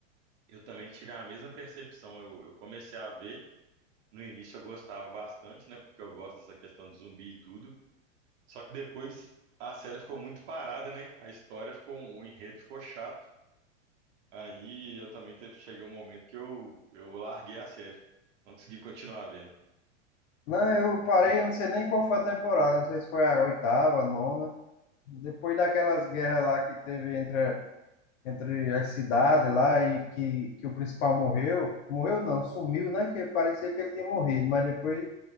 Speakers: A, on the right (about 60°); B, on the left (about 70°).
A: Eu também tive a mesma percepção. Eu, eu comecei a ver, no início eu gostava bastante, né? Porque eu gosto dessa questão de zumbi e tudo. Só que depois a série ficou muito parada, né? A história ficou, o enredo ficou chato. Aí eu também teve, cheguei um momento que eu, eu larguei a série. Não consegui continuar vendo.
B: Não, eu parei, eu não sei nem qual foi a temporada, não sei se foi a oitava, a nona. Depois daquelas guerras lá que teve entre entre as cidades lá e que, que o principal morreu. Morreu não, sumiu, né? Que parecia que ele tinha morrido, mas depois